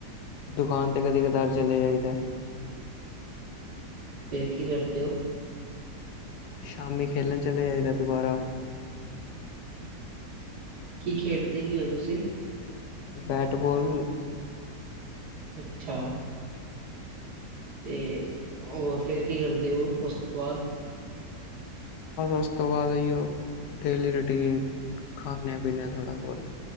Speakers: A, on the left (about 80°); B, on the right (about 70°).
A: ਦੁਕਾਨ ਤੇ ਕਦੇ ਕਦਾਰ ਚਲੇ ਜਾਈਦਾ।
B: ਕੀ ਕਰਦੇ ਔ?
A: ਸ਼ਾਮੇ ਖੇਲਣ ਚਲੀ ਜਾਏ ਦਾ ਦੁਬਾਰਾ,
B: ਕੀ ਖੇਡਦੇ ਕੀ ਹੋ ਤੁਸੀਂ?
A: ਬੈਟ ਬਾਲ
B: ਅੱਛਾ, ਤੇ ਹੋਰ ਫਿਰ ਕੀ ਕਰਦੇ ਉਹ ਉਸ ਤੋਂ ਬਾਅਦ
A: ਉਸ ਤੋਂ ਬਾਅਦ ਈਓ ਡੇਲੀ ਰੂਟੀਨ ਖਾਨੇ-ਪੀਨੇ ਆ ਥੋੜਾ ਬਹੁਤ